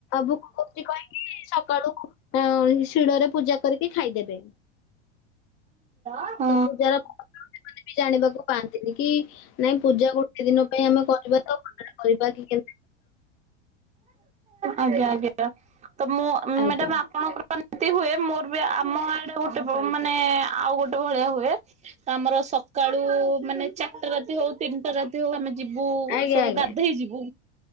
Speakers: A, on the left; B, on the right.
A: ଭୋକ କରୁଛି କହିକି ସକାଳୁ ଅ ଶିଳରେ ପୂ ପୂଜା କରିକି ଖାଇଦେବେ।
B: ଓହୋ
A: ତ ପୂଜାର ଜାଣ ଜାଣିବାକୁ ପାଆନ୍ତିନି କି ନାଇଁ ପୂଜା ଗୋଟେ ଦିନ ପାଇଁ ଆମେ କରିବା ତ ଘରେ କରିବା କି କେ
B: ଆଜ୍ଞା ଆଜ୍ଞା। ତ ମୁଁ
A: ଆଜ୍ଞା
B: ମ୍ୟାଡାମ ଆପଣଙ୍କ ଏମିତି ହୁଏ। ମୋର ବି ଆମ ଆଡେ ଗୋଟେ ମାନେ ଆଉ ଗୋଟେ ଭଳିଆ ହୁଏ। ତ ଆମର ସକାଳୁ ମାନେ ଚାରିଟା ରାତି ହଉ ତିନିଟା ରାତି ହଉ ଆମେ ଯିବୁ
A: ଆଜ୍ଞା
B: ସବୁ
A: ଆଜ୍ଞା
B: ଗାଧେଇ ଯିବୁ।